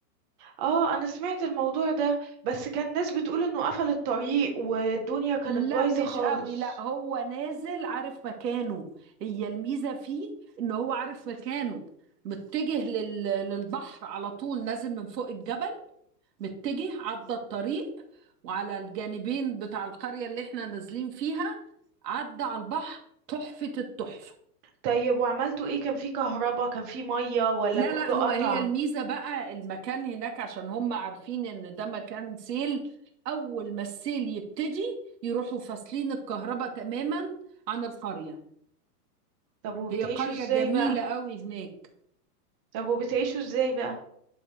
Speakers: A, on the right; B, on the right.
A: اه انا سمعت الموضوع ده بس كان ناس بتقول انه قفل الطريق والدنيا كانت
B: لا
A: بايظه
B: مش
A: خالص
B: قوي لا هو نازل عارف مكانه هي الميزة فيه ان هو عارف مكانه متجه لل... للبحر على طول نازل من فوق الجبل متجه عدى الطريق وعلى الجانبين بتاع القرية اللي احنا نازلين فيها عدى على البحر تحفة التحفة
A: طيب وعملتوا ايه كان في كهرباء كان في ميه ولا
B: لا
A: كله
B: لا هو
A: قطع
B: هي الميزة بقى المكان هناك عشان هم عارفين ان ده مكان سيل اول ما السيل يبتدي يروحوا فاصلين الكهرباء تماما عن القرية
A: طب وبتعيشوا
B: هي قرية
A: ازاي
B: جميلة
A: بقى
B: قوي هناك
A: طب وبتعيشوا ازاي بقى